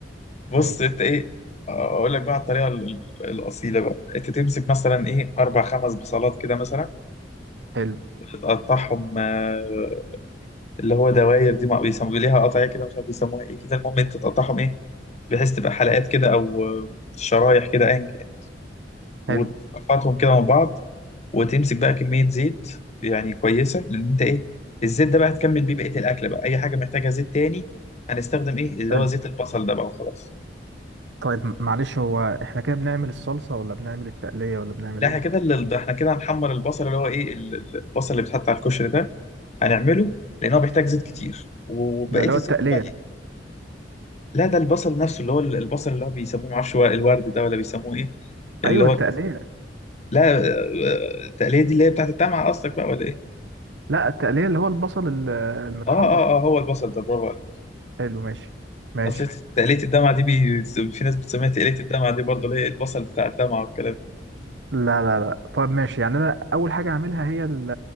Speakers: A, on the left; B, on the right.
A: بص
B: ماشي
A: أنت إيه أقول لك بقى على الطريقة ال- ال- الأصيلة بقى أنت تمسك مثلا إيه أربع خمس بصلات كده مثلا
B: حلو
A: وتقطعهم آه، اللي هو دواير دي ما بيسموا ليها قطعية كده مش عارف بيسموها إيه كده المهم أنت تقطعهم إيه بحيث تبقى حلقات كده أو آه، شرايح كده أيا كان وتقطعهم
B: حلو
A: كده من بعض وتمسك بقى كمية زيت يعني كويسة لأن أنت إيه الزيت ده بقى هتكمل بيه بقية الأكل بقى أي حاجة محتاجة زيت تاني هنستخدم إيه اللي
B: حلو
A: هو زيت البصل ده بقى وخلاص
B: طيب م- معلش هو احنا كده بنعمل الصلصه ولا بنعمل التقليه ولا بنعمل
A: لا
B: ايه
A: احنا كده ال- ده احنا كده هنحمر البصل اللي هو ايه ال- ال- البصل اللي بيتحط على الكشري ده هنعمله لان هو بيحتاج زيت كتير وبقيه
B: ده اللي
A: الزيت
B: هو التقليه
A: بقى إيه؟ لا ده البصل نفسه اللي هو ال- البصل اللي هو بيسموه معرفش هو الورد ده ولا بيسموه ايه اللي
B: ايوه
A: هو
B: التقليه
A: لا آه، التقليه دي اللي هي بتاعت الدمعه قصدك بقى ولا ايه؟
B: لا التقليه اللي هو البصل ال- المتحمر
A: اه اه اه هو البصل ده برافو عليك
B: حلو ماشي ماشي
A: اصل تقليه
B: ماشي
A: الدمعه دي بي... في ناس بتسميها تقليه الدمعه دي برضه اللي هي إيه، البصل بتاع الدمعه والكلام ده.
B: لا لا لا طب ماشي يعني انا اول حاجه هعملها هي ال-